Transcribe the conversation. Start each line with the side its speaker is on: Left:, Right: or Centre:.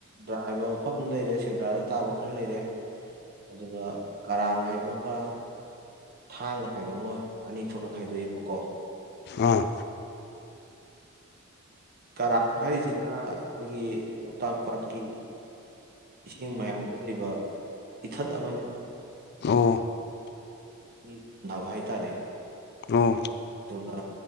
Right: ꯗ꯭ꯔꯥꯏꯕ ꯃꯐꯝ ꯂꯩꯔꯦ ꯁꯦꯟꯗ꯭ꯔꯥꯗ ꯇꯥꯕ ꯈꯔ ꯂꯩꯔꯦ ꯑꯗꯨꯒ ꯀꯔꯥꯡ ꯍꯥꯏꯕ ꯑꯃꯒ ꯊꯥꯡꯒ ꯍꯥꯏꯕ ꯑꯃꯒ ꯑꯅꯤ ꯊꯣꯛꯅ ꯈꯥꯏꯗꯣꯛꯑꯦꯕꯀꯣ
Left: ꯑꯥ
Right: ꯀꯔꯥꯡ ꯍꯥꯏꯔꯤꯖꯤꯅ ꯑꯩꯈꯣꯏꯒꯤ ꯂꯣꯛꯇꯥꯛ ꯄꯥꯠꯀꯤ ꯏꯁꯤꯡ ꯃꯌꯥꯏꯗ ꯂꯩꯕ ꯏꯊꯠ ꯑꯃꯅꯦꯕ
Left: ꯑꯣ
Right: ꯃꯤ ꯗꯥꯕ ꯍꯥꯏꯇꯥꯔꯦ
Left: ꯑꯣ
Right: ꯑꯗꯨꯒ